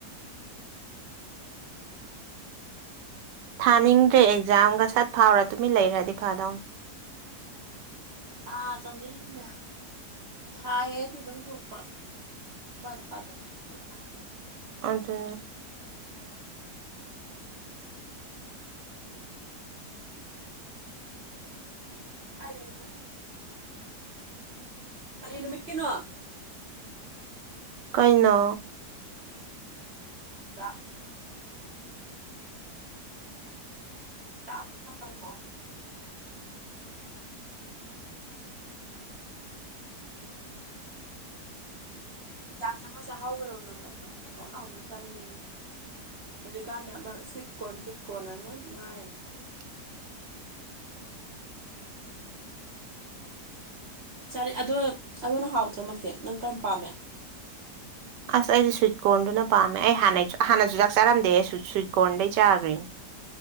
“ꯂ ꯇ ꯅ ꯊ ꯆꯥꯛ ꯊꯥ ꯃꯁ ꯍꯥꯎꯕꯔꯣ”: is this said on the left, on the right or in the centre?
Right